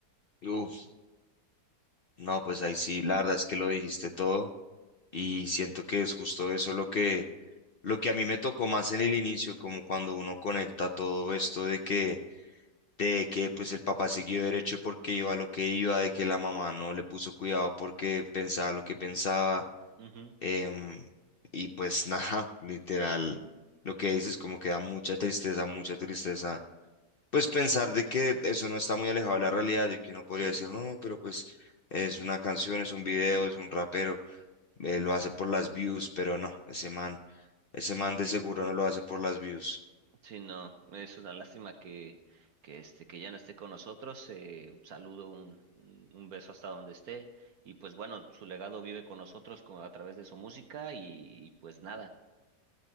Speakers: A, on the left (about 65°); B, on the right (about 65°).
A: Uf, no, pues ahí sí, la verdad es que lo dijiste todo. Y siento que es justo eso lo que, lo que a mí me tocó más en el inicio, como cuando uno conecta todo esto de que, de que pues el papá siguió derecho porque iba a lo que iba, de que la mamá no le puso cuidado porque pensaba lo que pensaba.
B: Ujú,
A: em, y pues <laughs> nada, literal, lo que dices como que da mucha tristeza, mucha tristeza. Pues pensar de que eso no está muy alejado de la realidad, de que uno podría
B: Sí.
A: decir, no, pero pues es una canción, es un video, es un rapero eh, lo hace por las views, pero no, ese man, ese man de seguro no lo hace por las views.
B: Sí, no, es una lástima que, que este, que ya no esté con nosotros. eh, un saludo, un, un un beso hasta donde esté. Y pues bueno, su legado vive con nosotros co- a través de su música y, y, pues nada,